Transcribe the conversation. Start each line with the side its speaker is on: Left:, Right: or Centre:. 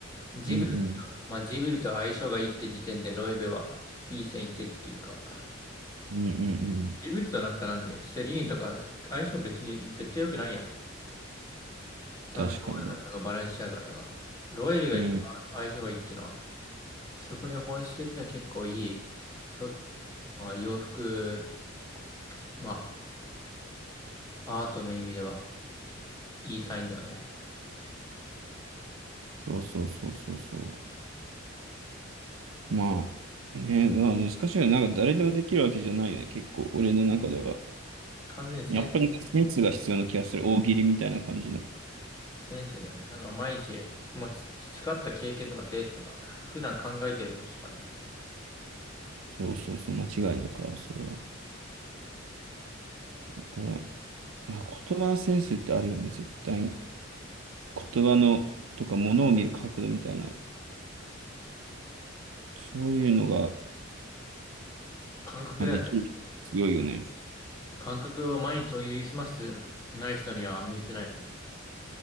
Left: ジブリと、
Right: うん、うん、うん、
Left: まあジブリと相性がいいって時点でロエベはいい線いってるというか、
Right: うん、うんうん
Left: ジブリとなんかなんで、セリーンとか相性別に絶対良くないやん。サンローランとかバレンシアガとか、
Right: 確かに。
Left: ロエベが一番相性がいいってのは、
Right: うん、
Left: そこには本質的には結構いい、そ、まあ洋服、まあアートの意味ではいいサインだよね。
Right: そうそうそうそうそう。まあ、ね、まあ難しいよね。なんか誰でもできるわけじゃないよね。結構、俺の中では。
Left: 完全にセ
Right: やっぱりセンスが必要な気がする。大喜利みたいな感じの。
Left: 先生だね。なんか毎日、もうち培った経験とか性質とか、ふ普段考えてることとかね。
Right: そうそうそう、間違いなくある、それは。だから、まあ、言葉のセンスってあるよね、絶対に。言葉の、とか、物を見る角度みたいな。そういうのが、
Left: 感覚だよね。
Right: まあ、できる。強いよね。
Left: 感覚を毎日研ぎ澄ましてない人には向いてないよね。